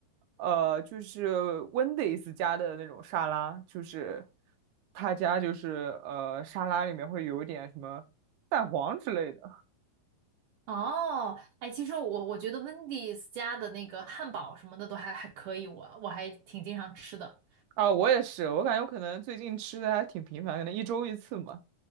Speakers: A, on the right; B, on the right.
A: 呃，就是 Wendy's 家的那种沙拉，就是他家就是呃沙拉里面会有一点什么蛋黄之类的
B: 哦，哎，其实我我觉得 Wendy's 家的那个汉堡什么的都还还可以，我我还挺经常吃的。
A: 啊，我也是，我感觉我可能最近吃的还挺频繁，可能一周一次嘛，